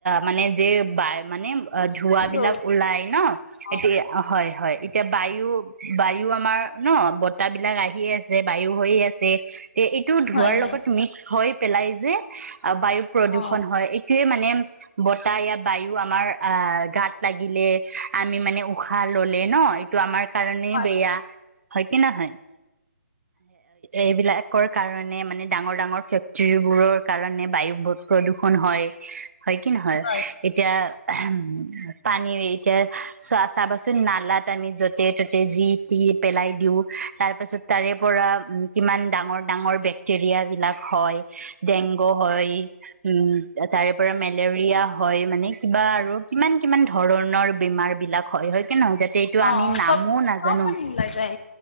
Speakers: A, on the right (about 60°); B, on the left (about 40°).
A: মানে যে ব মানে অ ধুৱা বিলাক,
B: অ,
A: ওলাই ন',
B: অ,
A: এতিয়া হয়, হয় এতিয়া বায়ু, বায়ু আমাৰ, ন', বতাহ বিলাক আহিয়ে আছে বায়ু হৈয়ে আছে। এ এইটো ধোৱাৰ
B: হয়, হয়।
A: লগত মিক্স হয়, পেলাই যে, বায়ু প্ৰদূষণ
B: অ',
A: হয়, এইটোয়ে মানে বতাহ ইয়াত বায়ু আমাৰ অ গাত লাগিলে আমি মানে উশাহ ললে ন এইটো আমাৰ কাৰণে
B: হয়,
A: বেয়া
B: হয়,
A: হয় কি নহয় এইবিলাক কৰ কাৰণে মানে ডাঙৰ ডাঙৰ ফেক্টৰী বোৰৰ কাৰণে বায়ু প্ৰদূষন হয় হয় কি নহয়
B: হয়। হয়
A: এতিয়া উম পানী এতিয়া চোৱা চাবাচোন নালাত আমি য'তে ত'তে যি টি পেলাই দিওঁ তাৰ পাছত তাৰে পৰা উম কিমান ডাঙৰ ডাঙৰ বেক্টেৰিয়া বিলাক হয় ডেংগু হয় উম তাৰে পৰা মেলেৰিয়া হয় মানে কিবা আৰু কিমান <unintelligible> ধৰণৰ বেমাৰ বিলাক হয় হয় কি নহয় যাতে এইটো
B: অ
A: আমি নামো
B: চব
A: নাজানো
B: চব মানে ওলাই যায়